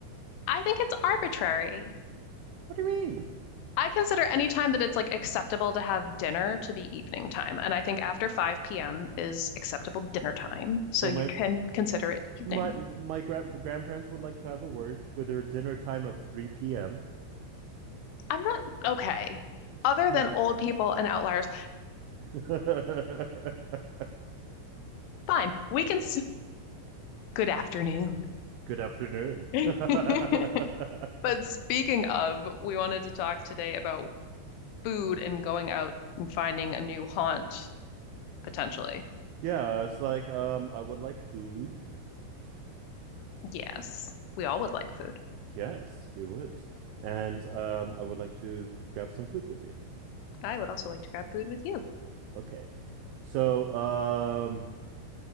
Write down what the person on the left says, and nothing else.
I think it's arbitrary.
I consider any time that it's like acceptable to have dinner to be evening time, and I think after 5 p.m. is acceptable dinner time, so
you
can consider it evening.
I'm not okay. Other
than old people and outliers,
<laughs> fine. We can s- good afternoon.
<laughs>
But speaking of, we wanted to talk today about food and going out and finding a new haunt potentially.
Yes, we all would like food.
I would also like to grab food with you.